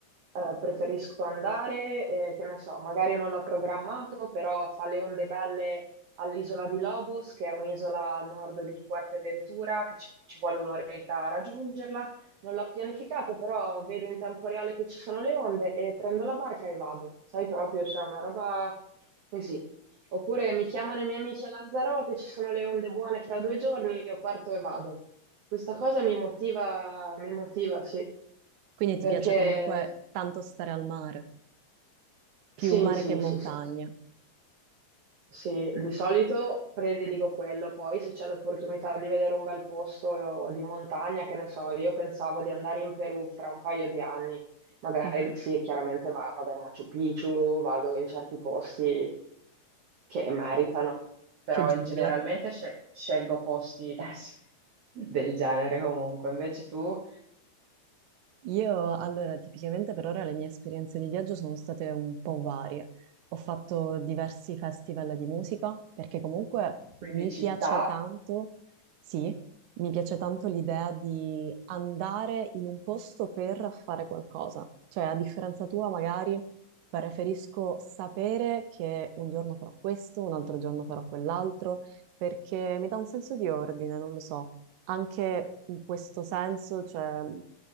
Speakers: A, on the right; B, on the right.
A: eh, preferisco andare, e, che ne so, magari non l'ho programmato, però fa le onde belle all'isola di Lobos, che è un'isola al nord di Fuerteventura, che ci, ci vuole un'oretta a raggiungerla. Non l'ho pianificato, però vedo in tempo reale che ci sono le onde e prendo la barca e vado. Sai proprio, c'è una roba così. Oppure mi chiamano i miei amici a Lanzarote, ci sono le onde buone fra due giorni, io parto e vado. Questa cosa mi motiva, mi motiva, sì,
B: Quindi
A: perché
B: ti piace comunque tanto stare al mare, più
A: sì,
B: mare
A: sì,
B: che montagna,
A: sì, sì. Sì, di solito prediligo quello, poi se c'è l'opportunità di vedere un bel posto eh, di montagna, che ne so, io pensavo di andare in Perù fra un paio di anni, magari
B: Mhm.
A: sì, chiaramente va- vado a Machu Picchu, vado in certi posti che meritano, però
B: più giungla.
A: in generalmente sce- scelgo posti <laughs> del genere comunque, invece tu,
B: Io, allora, tipicamente per ora le mie esperienze di viaggio sono state un po' varie. Ho fatto diversi festival di musica perché comunque
A: quindi
B: mi
A: città,
B: piace tanto, sì, mi piace tanto l'idea di andare in un posto per fare qualcosa. Cioè, a differenza tua, magari preferisco sapere che un giorno farò questo, un altro giorno farò quell'altro, perché mi dà un senso di ordine, non lo so anche in questo senso, cioè,